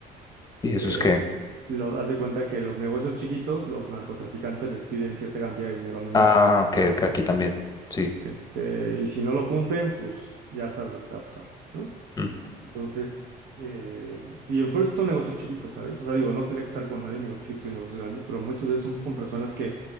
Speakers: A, on the left (about 20°); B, on the right (about 65°).
A: ¿y eso
B: que
A: es qué
B: es, lo, haz de cuenta que los negocios chiquitos, los narcotraficantes les piden cierta cantidad de dinero al mes.
A: Ah, ok, ok, aquí también. Sí,
B: Este, y si no lo cumplen, pues ya sabes lo que te va a pasar, ¿no?
A: mm,
B: Entonces, eh, y por eso son negocios chiquitos, ¿sabes? O sea, digo, no tendría que estar con nadie, negocios chiquitos y negocios grandes, pero muchas veces son con personas que,